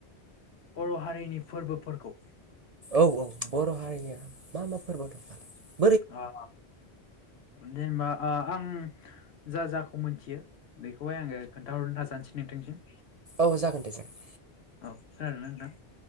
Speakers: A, on the left; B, on the right.
A: बर' हारिनि फोरबोफोरखौ
B: औ औ बर' हारिनिया मा मा फोरबो दंखालाय
A: अ दे ओमबा ओ आं जा जाखौ मोनथियो बेखौहाय आङो खोन्थाहरनो नाजानोसै नोंथांसिम।
B: औ जागोन दे जागोन।
A: औ खोनादोंना नोंथां?